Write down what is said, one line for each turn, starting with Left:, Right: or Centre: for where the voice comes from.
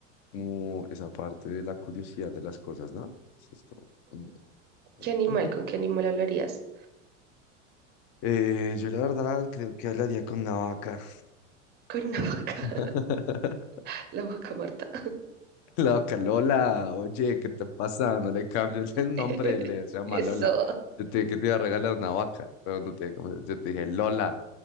Left: como esa parte de la curiosidad de las cosas, ¿no? Es esto, mm,
Right: ¿Qué animal?
Left: ok.
Right: ¿Con qué animal hablarías?
Left: Eh, yo la verdad creo que hablaría con una vaca.
Right: Con una vaca,
Left: <laughs>
Right: <laughs> la vaca Marta.
Left: La vaca Lola, oye, ¿qué te pasa? No le cambies <laughs> el nombre,
Right: <laughs>
Left: le se llama
Right: Eso.
Left: Lola. Yo te dije que te iba a regalar una vaca, pero no te, yo te dije Lola,